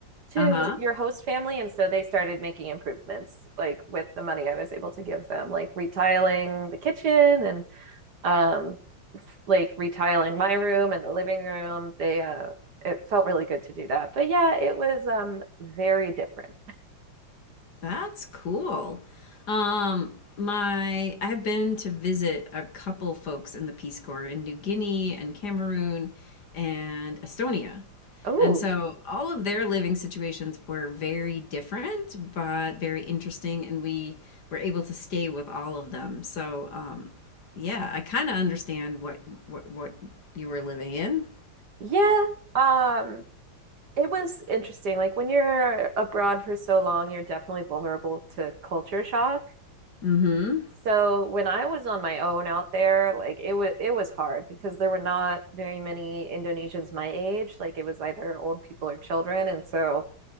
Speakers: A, on the right (about 50°); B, on the left (about 50°).
A: to
B: uh-huh.
A: your host family, and so they started making improvements like with the money I was able to give them, like retiling the kitchen and um like retiling my room and the living room. They uh it felt really good to do that. But yeah, it was um very different.
B: That's cool. Um, my I've been to visit a couple folks in the Peace Corps in New Guinea and Cameroon and Estonia.
A: Oh,
B: And so all of their living situations were very different, but very interesting, and we were able to stay with all of them. So, um, yeah, I kind of understand what what what you were living in.
A: yeah. Um It was interesting. Like when you're abroad for so long, you're definitely vulnerable to culture shock.
B: Mm-hmm.
A: So when I was on my own out there, like it was it was hard because there were not very many Indonesians my age. Like it was either old people or children, and so